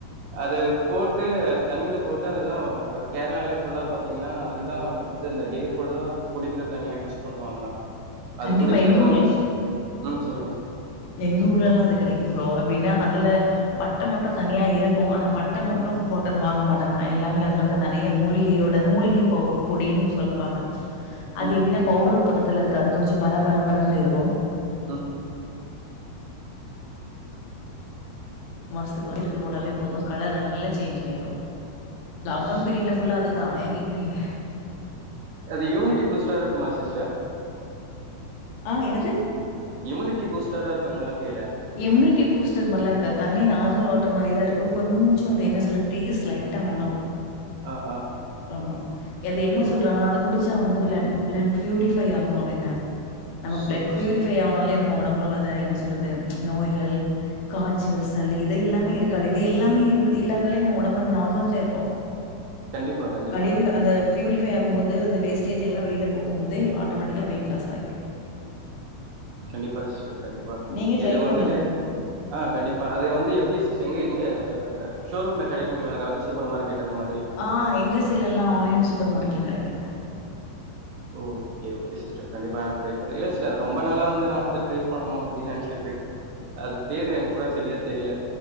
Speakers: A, on the right; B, on the left.
A: அது போட்டு அது தண்ணியில போட்டு அதுதா கேரளாலே ஃபுல்லா பாத்தீங்கனா அதுதா வந் து‌ இந்த டே‌ புல்லா குடிக்கிற தண்ணியா யூஸ் பண்ணுவாங்களா அது
B: கண்டிப்பா
A: குடிக்கிறது
B: எங்க
A: வந்து
B: ஊர்ல
A: ம் சொல்லுங்க
B: எங்க ஊர்லல்லா அது கெடைக்கு ப்ரோ அப்டின்னா அதுல
A: அ
B: பட்ட மட்டும் தனியா இருக்கு ஆனா பட்ட மொட்டும்
A: அ
B: போட்டது வாங்க மாட்டேனா எல்லாமே அதுல வந்து நெறைய மூலிகையோட மூலிகை ப போ பொடின்னு சொல்ப்பாங்க அது
A: ம்
B: எப்புடின்னா பவுடர் பதத்துல இருக்காது கொஞ்ச பர பர பரன்னு இருக்கு
A: ம்
B: மாசத்துக்கு எத்து போட்டாலே போதும் கலர் நல்லா சேஞ்ச் ஆயிரு லாக்டவுன்
A: சோ
B: பீரியட் புல்லா அதுதா ஏங் கேக்கிறீங்க
A: அது யூனியி பூஸ்டா இருக்குமா சிஸ்டர்
B: ஆ என்னது
A: இம்முனிட்டி பூஸ்டரா இருக்குங்களானு கேட்ட
B: இம்யூனிட்டி பூஸ்டர் மாரிலா இருக்காது தண்ணி நார்மல் வாட்டர் மாரி தா இருக்கு கொஞ்சோ அது என்ன சொல்ல டேஸ்ட் லைட்டா மாறு
A: ஆ ஆ
B: ஆமா எது என்ன
A: ஓ
B: சொல்றாங்கன்னா அத குடிச்சா வந்து ள பிளட் ப்யூரிஃபை ஆகு அப்டின்னாங்க நமக்கு
A: சூப்பர்
B: ப்ளட் பியூரிஃபை
A: சூப்
B: ஆவனாலே நம்ம உடம்புல உள்ளத என்ன சொல்றது நோய்கள் காய்ச்சல் சளி இது எல்லாமே இருக்காது இது எல்லாமே இல்லாதால நம்ம உடம்பு நம்ம நார்மல தானே இருப்போ
A: கண்டிப்பா கண்டிப்பா
B: கழிவுக அந்த பியூரிஃபை ஆகுமோது அந்த வேஸ்டேஜ் எல்லா வெளில போகும் போதே ஆட்டோமேட்டிக்கா வெயிட் லாஸ் ஆகிரு
A: கண்டிப்பா சிஸ்டர் கண்டிப்பா
B: நீங்க ட்ரை
A: இது வந்துட்டு
B: பண்ணுங்க
A: ஆ கண்டிப்பா அது வந்து எப்டி சிஸ் எங்க எங்க ஷோரூம்ல கெடைக்குங்ளா அதாவ்து சூப்பர் மார்க்கெட் அந்த மாதிரி
B: ஆ எங்க சைலலா ஆன்லைன் சூப்பர் மார்ட்ல கெடைக்குது
A: ஓ ஓகே ஓகே சிஸ்டர் கண்டிப்பா நான் ட்ரை பண்றே இல்ல சிஸ்டர் ரொம்ப நாளா வந்து நான் அத ட்ரை பண்ணணு அப்டின் நெனச்சிட்ருக்கே அது பேரு எனக்கூட சரியா தெரில